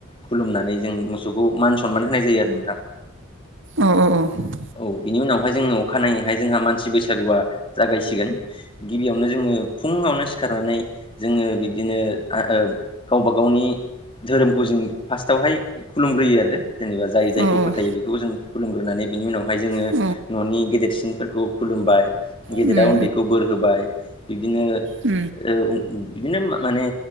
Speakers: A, on the left; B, on the right.
A: खुलुमनानै जों मोसौखौ मान सनमान होनाय जायो आरो नोंथां।
B: अ अ अ।
A: औ बिनि उनावहाय जोंङो अखानायैहाय जोंहा मानसि बैसागुआ जागायसिगोन। गिबियावनो जोङो फुङावनो सिखारनानै जोङो बि बिदिनो आ ओ गावबा गावनि धोरोमखौ जों फार्स्टावहाय खुलुमग्रोयो आरो जेनेबा जाय जायखौ
B: औ
A: फोथायो
B: औ
A: बेखौ जों खुलुमग्रोनानै बिनि उनावहाय जोङो।
B: औ
A: न'नि गेदेरसिनफोरखौ खुलुमबाय गेदेरा
B: उम
A: उन्दैखौ बोर होबाय बिब्दिनो
B: उम
A: ओ उम बिदिनो मा माने